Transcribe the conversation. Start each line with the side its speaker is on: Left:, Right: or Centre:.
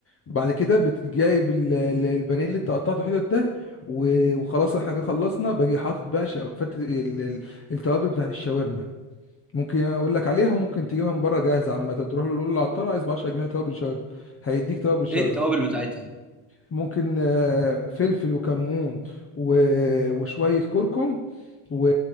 Left: بعد كده بت- جايب ال- ال- البانيه اللي انت قطعته حتت ده و- وخلاص احنا كده خلصنا باجي حاطط بقى شا- فت... ال... ال... التوابل بتاعت الشاورما ممكن اقول لك عليها وممكن تجيبها من بره جاهزه عامه تروح له تقول له العطار عايز ب 10 جنيه توابل شاورما هيديك توابل شاورما
Centre: ايه التوابل بتاعتها
Left: ممكن آه، فلفل وكمون و... وشويه كركم و...